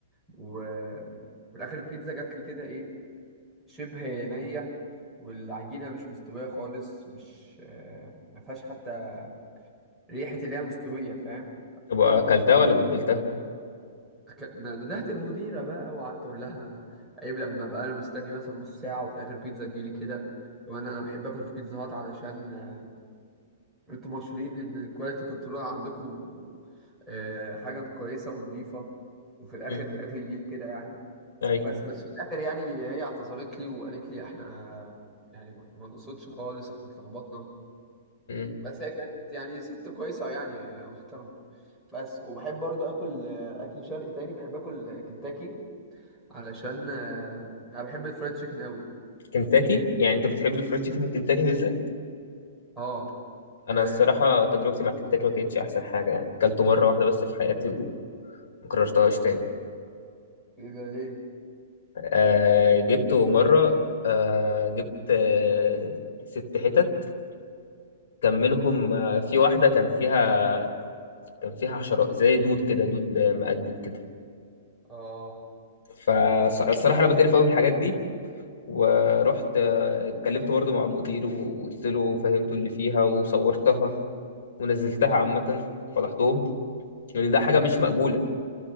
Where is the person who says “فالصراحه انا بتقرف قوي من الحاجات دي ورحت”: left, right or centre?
Left